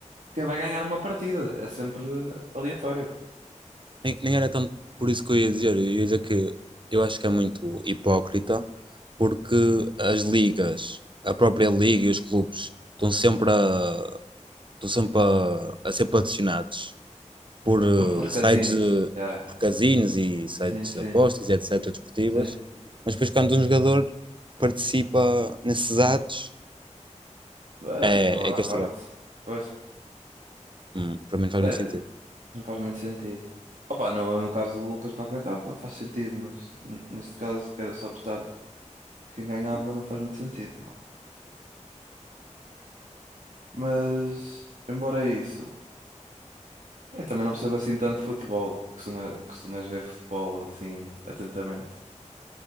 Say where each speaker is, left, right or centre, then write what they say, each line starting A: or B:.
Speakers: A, on the right; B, on the right.
A: quem vai ganhar uma partida. É sempre aleatório.
B: Nem, nem era tanto por isso que eu ia dizer. Eu ia dizer que eu acho que é muito hipócrita, porque as ligas, a própria liga e os clubes estão sempre a, Estão sempre a, a ser patrocinados por eh,
A: Por, por
B: sites
A: casinos.
B: de
A: Yeah.
B: por casinos e sites
A: Sim, sim,
B: de apostas e etc. desportivas.
A: sim.
B: Mas depois, quando um jogador participa nesses atos,
A: Ah,
B: é,
A: fica logo
B: é castigado.
A: à parte. Pois,
B: Hum, para mim não faz
A: Bem,
B: muito sentido.
A: não faz muito sentido. Opa, no, no caso do Lucas Paquetá fa- faz sentido, mas n- neste caso quero só apostar. Quem ganhava não faz muito sentido, não. Mas, embora isso, eu também não percebo assim tanto de futebol. Costuma, costumas ver futebol assim atentamente.